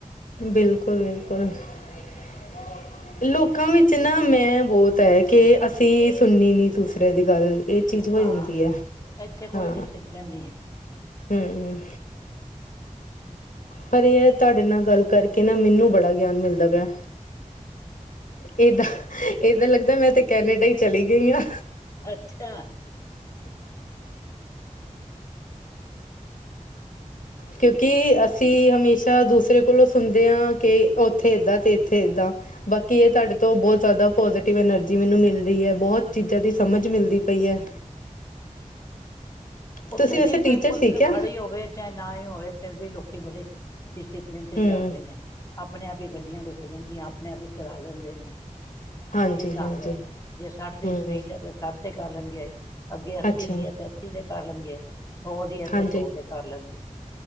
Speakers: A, on the left; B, on the left.
A: ਬਿਲਕੁਲ-ਬਿਲਕੁਲ। ਹ <inaudible> ਲੋਕਾਂ ਵਿੱਚ ਨਾ, ਮੈਂ ਬਹੁਤ ਐ ਕਿ ਅਸੀਂ ਸੁਣਨੀ ਨ‌ਈਂ ਦੂਸਰੇ ਦੀ ਗੱਲ। ਇਹ ਚੀਜ਼ ਹੋ
B: ਹਾਂ
A: ਜਾਂਦੀ ਐ।
B: ਇੱਥੇ ਕੋਈ
A: ਹਾਂ,
B: ਡਿਸਿਪਲਿਨ ਨਹੀਂ ਹੈ
A: ਹਮ। ਪਰ ਏ ਆ ਤੁਹਾਡੇ ਨਾਲ ਗੱਲ ਕਰਕੇ ਨਾ, ਮਿਨੂੰ ਬੜਾ ਗਿਆਨ ਮਿਲਦਾ ਪਿਆ। ਏਦਾਂ-ਏਦਾਂ ਲੱਗਦਾ, ਮੈਂ ਤੇ ਕੈਨੇਡਾ ਈ ਚਲੀ ਗਈ ਆ।
B: ਅੱਛਾ।
A: ਕਿਉਂਕਿ ਅਸੀਂ ਹਮੇਸ਼ਾ ਦੂਸਰੇ ਕੋਲੋਂ ਸੁਣਦੇ ਆ, ਕਿ ਉੱਥੇ ਇੱਦਾਂ ਤੇ ਇੱਥੇ ਇੱਦਾਂ। ਬਾਕੀ ਇਹ ਤੁਹਾਡੇ ਤੋਂ ਬਹੁਤ ਜ਼ਿਆਦਾ ਪੋਜੀਟਿਵ ਐਨਰਜੀ ਮੈਨੂੰ ਮਿਲ ਰ‌‌ੀ ਐ। ਬਹੁਤ ਚੀਜ਼ਾਂ ਦੀ ਸਮਝ ਮਿਲਦੀ ਪਈ ਐ।
B: ਉੱਥੇ
A: ਤੁਸੀਂ ਵੈਸੇ
B: ਜੀ, ਕੋਈ
A: ਟੀਚਰ
B: ਪੁਲਿਸ
A: ਸੀ ਕਿਆ
B: ਖੜੀ ਹੋਵੇ। ਚਾਏ ਨਾ ਈ ਹੋਵੇ, ਫਿਰ ਵੀ ਲੋਕੀ ਬੜੇ ਡਿਸਪਲਨ ਤੇ
A: ਹਮ
B: ਚੱਲਦੇ ਨੇ। ਆਪਣੇ ਆਪ ਈ ਗੱਡੀਆਂ ਰੁਕ ਜਾਂਦੀਆਂ, ਆਪਣੇ ਆਪ ਈ ਚਲਾ ਲੈਂਦੇ ਨੇ।
A: ਹਾਂਜੀ
B: ਇਹ ਸਾਬ੍ਹ
A: ਹਾਂਜੀ
B: ਐ, ਜੇ ਸੱਠ ਦੀ
A: ਹਮ
B: ਸਪੀਡ ਐ ਤੇ ਸੱਠ ਤੇ ਕਰ ਲੈਂਦੇ, ਅੱਗੇ ਅੱਸੀ
A: ਅੱਛਾ
B: ਦੀ ਐ ਤੇ ਅੱਸੀ ਦੇ ਕਰ ਲੈਂਦੇ, ਸੌ ਦੀ ਐ
A: ਹਾਂਜੀ
B: ਤੇ ਸੌ ਤੇ ਕਰ ਲੈਂਦੇ।